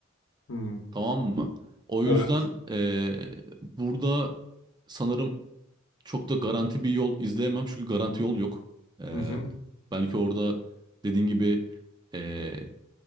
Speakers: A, on the left; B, on the right.
A: hı.
B: Tamam mı? O
A: Evet.
B: yüzden e, burada sanırım çok da garanti bir yol izleyemem. Çünkü garanti yol yok. Ee,
A: Hı hı.
B: belki orada dediğin gibi e,